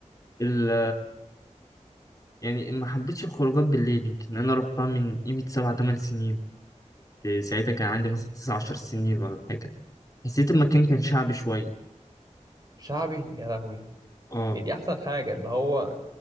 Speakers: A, on the left; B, on the right.
A: ال- يعني ما حبيتش الخروجات بالليل يمكن انا روحتها من قيمة سبع تمن سنين كنت ساعتها كان عندي مثلا 19 سنين ولا حاجة حسيت المكان كان شعبي شوية
B: شعبي يا لهوي
A: اه
B: دي دي احسن حاجة اللي هو